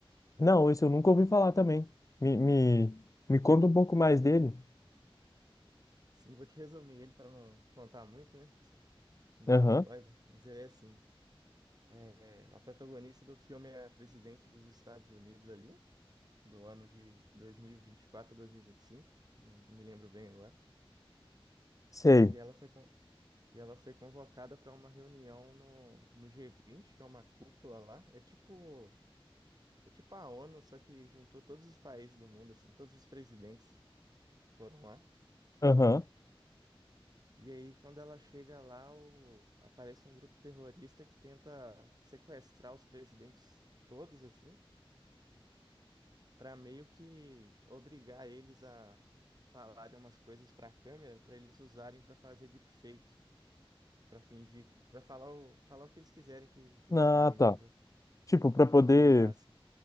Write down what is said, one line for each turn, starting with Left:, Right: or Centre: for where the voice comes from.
Left: Não, esse eu nunca ouvi falar também. Me, me, me conta um pouco mais dele.
Right: Sim, vou te resumir ele para não contar muito, né? Não dar
Left: Aham.
Right: muito spoiler. Mas ele é assim: é, a protagonista do filme é a presidente dos Estados Unidos ali, do ano de 2024 ou 2025, não me lembro bem agora.
Left: Sei.
Right: E ela foi, con- e ela foi convocada para uma reunião no, no G20, que é uma cúpula lá. É tipo. É tipo a ONU, só que juntou todos os países do mundo, assim, todos os presidentes foram lá.
Left: Aham.
Right: E aí, quando ela chega lá, o- aparece um grupo terrorista que tenta sequestrar os presidentes todos, assim, pra meio que obrigar eles a falarem umas coisas pra câmera, pra eles usarem pra fazer deepfake, pra fingir, pra falar o, falar o que eles quiserem que, que eles
Left: Ah,
Right: falem, entendeu?
Left: tá. Tipo, pra poder
Right: Um IA, assim.